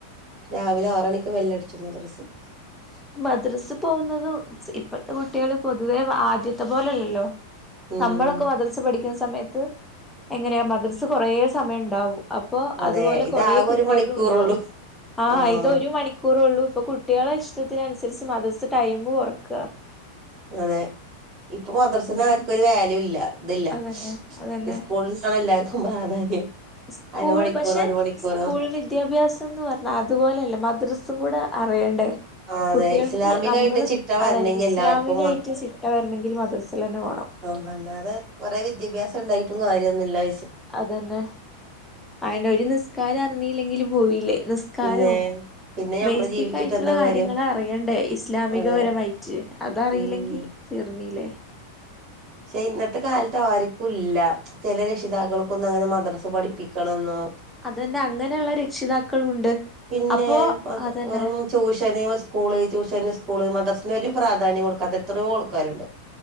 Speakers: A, on the right (about 30°); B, in the centre.
A: രാവിലെ ആറണിക്ക് വെല്ലടിച്ചും മദ്രസിൽ
B: <unintelligible> മദ്രസ് പോകുന്നത ഇപ്പത്തെ കുട്ടികൾ പൊതുവേ ആദ്യത്തെ പോലെല്ലല്ലോ
A: ഉം
B: നമ്മളൊക്കെ മദ്രസ് പഠിക്കുന്ന സമയത്ത് എങ്ങനെയാ മദ്രസ് കുറെ സമയം ഉണ്ടാവും അപ്പോ
A: അതെ
B: അതുപോലെ
A: ഇതാകെ
B: കൊറെ കുട്ടികള
A: ഒരു മണിക്കൂറുള്ളൂ
B: ഉണ്ടാവും ആ
A: ആഹ്
B: ഇത് ഒരു മണിക്കൂറള്ളൂ. ഇപ്പൊ കുട്ടികളെ ഇഷ്ടത്തിന അനുസരിച്ച് മദ്റസ് ടൈംമ് കൊറക്കുക.
A: അതെ ഇപ്പൊ മദ്രസന്ന ആർക്കും ഒരു വാല്യൂ ഇല്ല. ഇതില്ല
B: അതന്നെ അതന്നെ
A: സ്കൂളസാണ് എല്ലാർക്കും പ്രാധാന്യം.
B: സ്കൂൾ
A: അരമണിക്കൂറോ
B: പക്ഷെ
A: ഒരു മണിക്കൂറോ
B: സ്കൂൾ വിദ്യാഭ്യാസം എന്ന് പറഞ്ഞ അതുപോലെല്ല മദ്രസും കൂടെ അറിയണ്ടേ
A: ആ അതെ
B: കുട്ടികൾക്ക്
A: ഇസ്ലാമികായിട്ട്
B: നമ്മള്
A: ചിട്ട വരണെങ്കി
B: അതെ ഇസ്ലാമികായിട്ട്
A: എല്ലാർക്കും
B: ചിട്ട വരണെങ്കിൽ മദ്രസൽ തന്നെ പോണം.
A: ഓ അല്ലാതെ കൊറെ വിദ്യാഭ്യാസം ഉണ്ടായിട്ടും കാര്യമൊന്നുമില്ലാ.
B: അതന്നെ അയിന ഒരു നിസ്കാരം അറിങ്ങയില്ലെങ്കില് പോയില്ലേ നിസ്കാരും
A: പിന്നെ പിന്നെ ഞമ്മള്
B: ബേസിക്
A: ജീവിച്ചിട്ട്
B: ആയിട്ടുള്ള
A: എന്താ
B: കാര്യങ്ങ
A: കാര്യം
B: അറിയണ്ടേ ഇസ്ലാമികപരമായിട്ട്
A: അതെ
B: അതറിയില്ലെങ്കിൽ
A: ഉം
B: തീർന്നീല്ലേ.
A: പക്ഷെ ഇന്നത്തെ കാലത്ത് ആർക്കും ഇല്ല ചില രക്ഷിതാക്കൾക്കൊന്നും അങ്ങനെ മദ്രസ് പഠിപ്പിക്കണംന്നൊ
B: അതന്നെ അങ്ങനെയുള്ള രക്ഷിതാക്കളുണ്ട്.
A: പിന്നെ
B: അപ്പോ
A: മ
B: അതന്നെ
A: വെറും ട്യൂഷന് സ്കൂള് ട്യൂഷന് സ്കൂള് മദ്‌റ രു പ്രാധാന്യം കൊടുക്കാത്ത എത്രയോ ആൾക്കാരുണ്ട്.